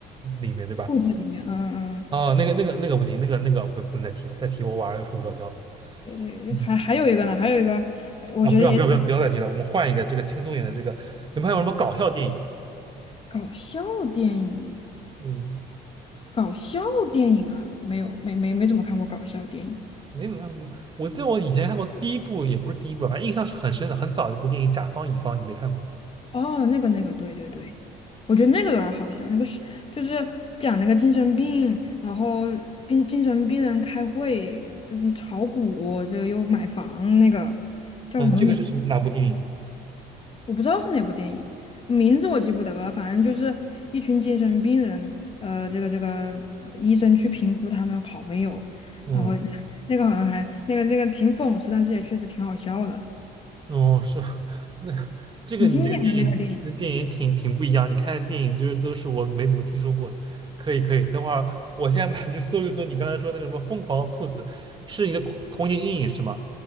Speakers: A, on the right; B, on the left.
A: 里面，对吧？
B: 肚子里面，嗯嗯，
A: 啊，那个那个那个不行，那个那个不不能再提了，再提我晚上又睡不着觉了
B: 嗯，
A: 嗯，
B: 还还有一个呢，还有一个，呃我觉得也挺
A: 啊，不要不要不要不要再提了，我们换一个这个轻松一点的这个，你们还有什么搞笑电影？
B: 搞笑电影，
A: 嗯。
B: 搞笑电影啊，没有没没没怎么看过搞笑电影。
A: 没怎么看过。我记得我以前看过第一部，也不是第一部，反正印象是很深的，很早的一部电影《甲方乙方》，你没看过吗？
B: 哦，那个那个，对对对，我觉得那个有点儿好笑，那个是就是讲那个精神病，然后病精神病人开会，就是炒股，这个又买房，那个叫什么名？
A: 啊，这个是什么哪部电影？
B: 我不知道是哪部电影，名字我记不得了，反正就是一群精神病人，呃，这个这个医生去评估他们好没有，
A: 嗯，
B: 然后 <laughs> 那个好像还那个那个挺讽刺，但是也确实挺好笑的，
A: 哦，是吗 <laughs> 那这个你这个电影，
B: 挺经典的那个电影。
A: 那电影挺挺不一样。你看的电影就是都是我没怎么听说过的。可以可以，等会儿我现在马上去搜一搜你刚才说那个什么《疯狂兔子》，是你的童年阴影是吗？